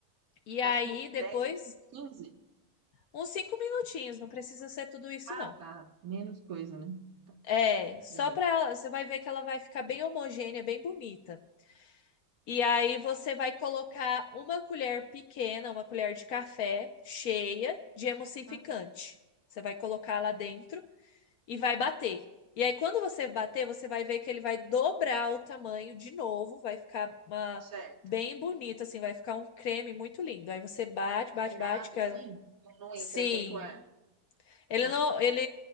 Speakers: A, on the left; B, on the right.
A: E
B: Você
A: aí
B: acha que uns
A: depois
B: 10 minutos, quinze
A: uns cinco minutinhos, não precisa ser tudo isso
B: Ah,
A: não.
B: tá. Menos coisa, né? Tá,
A: É, só
B: beleza.
A: pra. você vai ver que ela vai ficar bem homogênea, bem bonita. E aí você vai colocar uma colher pequena, uma colher de café cheia de emulsificante.
B: Ah,
A: Você vai colocar lá dentro e vai bater. E aí quando você bater, você vai ver que ele vai dobrar o tamanho de novo, vai ficar uma
B: certo.
A: bem bonito assim, vai ficar um creme muito lindo. Aí você bate, bate,
B: Aerado,
A: bate, que- ela-
B: assim, não
A: sim,
B: entra tanto ar.
A: ele
B: Tá,
A: não, ele,